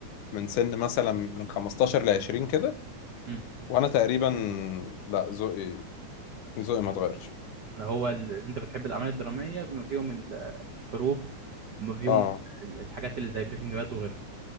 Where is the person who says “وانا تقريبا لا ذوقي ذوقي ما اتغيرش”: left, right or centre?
Left